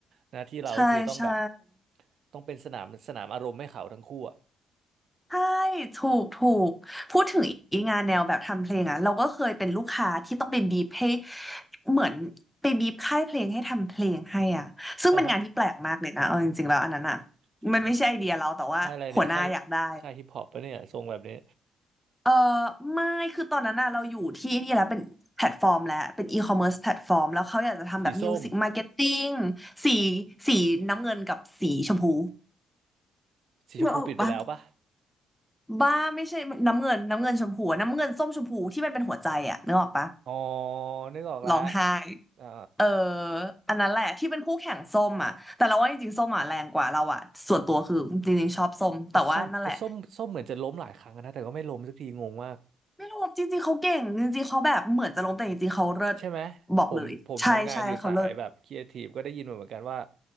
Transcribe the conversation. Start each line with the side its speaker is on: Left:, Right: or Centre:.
Right: หน้าที่เราก็คือต้องแบบ
Centre: <laughs> ใช่ใช่
Right: ต้องเป็นสนามสนามอารมณ์ให้เขาทั้งคู่อ่ะ
Centre: ใช่ถูกถูกพูดถึงอีกงานแนวแบบทำเพลงอ่ะเราก็เคยเป็นลูกค้าที่ต้องไปบีบให้เหมือนไปบีบค่ายเพลงให้ทำเพลงให้อ่ะซึ่งเป็นงานที่แปลกมากเลยนะเอาจริงๆแล้วอันนั้นอ่ะ
Right: <laughs> จริงเหรอ
Centre: มันไม่ใช่ไอเดียเราแต่ว่าหัวหน้าอยากได้
Right: ค่ายอะไรเนี่ยค่ายค่ายฮิปฮอปปะเนี่ยทรงแบบนี้
Centre: เออไม่คือตอนนั้นน่ะเราอยู่ที่นี่แล้วเป็นแพลตฟอร์มแล้วเป็นอีคอมเมิร์ซแพลตฟอร์มแล้วเขาอยากจะทำแบบมิวสิกมาร์เก็ตติ้ง
Right: สีส้ม
Centre: สีสีน้ำเงินกับสีชมพู
Right: สีชมพูปิดไปแล้วปะ
Centre: นึกออกปะบ้าไม่ใช่น้ำเงินน้ำเงินชมพูอะน้ำเงินส้มชมพูที่มันเป็นหัวใจอะนึกออกปะ
Right: อ๋อนึกออกแล้ว
Centre: ร้องไห้
Right: อ่า
Centre: เอออันนั้นแหละที่เป็นคู่แข่งส้มอ่ะแต่เราว่าจริงๆส้มอ่ะแรงกว่าเราอ่ะส่วนตัวคือจริงๆชอบส้มแต่ว่านั่นแหละ
Right: แต่ส้มแต่ส้มส้มเหมือนจะล้มหลายครั้งนะแต่ก็ไม่ล้มสักทีงงมาก
Centre: ไม่รู้จริงๆเขาเก่งจริงๆเขาแบบเหมือนจะล้มแต่จริงๆเขาเลิศ
Right: ใช่ไหมผมผมทำงานอยู่สายแบบครีเอทีฟก็ได้ยินมาเหมือนกันว่า
Centre: บอกเลยใช่ใช่เขาเลิศ